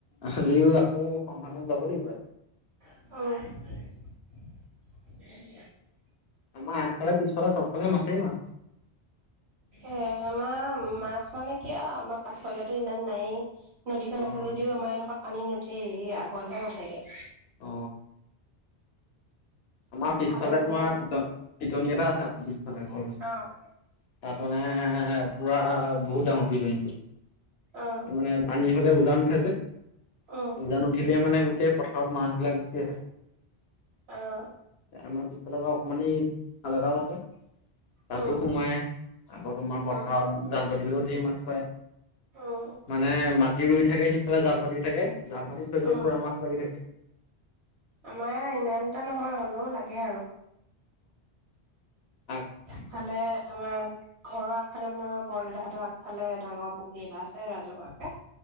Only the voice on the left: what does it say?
সাজিও আকৌ সন্ন্তানত যাব লাগিব ই
আমাৰ একফালে পিছফালে সবফালে মাছেই মাছ।
অ
অ আমাৰ
পিছফালে
তোমাৰ পিটন পিটনি এটা আছে আমাৰ পিছ ালে ঘৰ তাত
মানে পুৰা বহুত ডাঙৰ পিডইংটো
মানে পানী হলে উজান উঠাই যে
উজান উঠিলে মানে গোটেই পথাৰত মাছবলাক গুচি আহে
আমাৰ পিছফালৰ পৰা অকমানি খাল এটাও আছে তাতো
সোমাই আকৌ তোমাৰ পথাৰত
জাল পাত লো ধেই মাছ পায়।
মানে মাটি ৰুই থাকে সিফালে জাল পাতি থাকে জাল পাতি থৈ দিয়ে
পুৰা মাছ লাগি থাকে
অঁ।